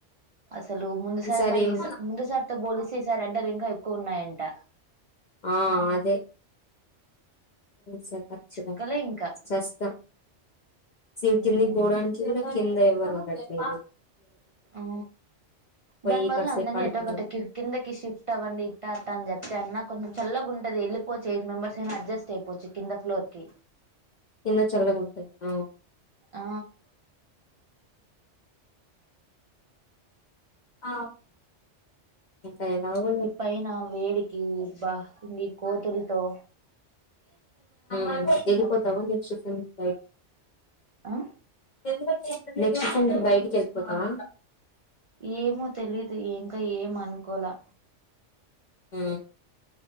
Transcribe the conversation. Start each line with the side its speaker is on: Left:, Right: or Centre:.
Right: అసలు ముందు సారి
Left: ఈసారి
Right: అన్న
Left: ఏం
Right: ఈ సారి ముందు సారితో పోలిస్తే, ఈసారి ఎండలు ఇంకా ఎక్కువ ఉన్నాయంట.
Left: ఆ అదే సర్ ఖచ్చితం
Right: చుక్కలే ఇంకా
Left: చూస్తాం సింకిీందికి
Right: ఉమ్
Left: పోడానికి కింద ఎవ్వరుండట్లే
Right: ఆ
Left: పోయి
Right: దాని బదులు
Left: కాసేపు
Right: అందరినీ
Left: పడుకున్నాం
Right: ఎటో ఒకటకి కిం కిందకి షిఫ్ట్ అవ్వండి ఇట్ట అట్ట అని చెప్తే అన్న. కొంచం చల్లగా ఉంటది ఎల్లిపోచ్ ఎయిట్ మెంబర్స్ ఐన అడ్జస్ట్ అయిపోచ్చు కింద ఫ్లోర్ కి
Left: కింద చల్లగ ఉంటది అ
Right: ఆ
Left: ఆ ఇంకా ఎలాగో
Right: ఈ పైనా వేడికి బా ఈ కోతులతో
Left: అమ్ ఇది పోతవా నెక్ట్స్ సిం కి
Right: ఆ
Left: ఎందుకె నెక్స్ట్ సెమ్కి బయటికి వెళ్ళిపోతావా
Right: ఏమో తెలిదు ఇంకా ఏమనుకోలా
Left: హు